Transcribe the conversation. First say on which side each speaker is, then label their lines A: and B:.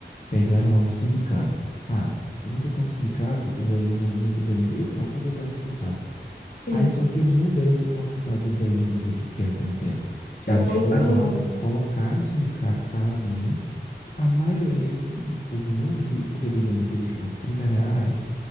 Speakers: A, on the left; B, on the left.
A: Pegaram lá um sindicato. Ah, você quer um sindicato? O velhinho na mente do velhinho. Eu não, para que eu quero sindicato?
B: Sim.
A: Aí só que eles não deram essa oportunidade do velhinho dizer que quer ou que não quer.
B: Já
A: Eles
B: colocaram
A: foram lá,
B: logo.
A: colocaram o sindicato caladinho. A maioria de- do povo não viu, porque digamos que desconto 30 reais,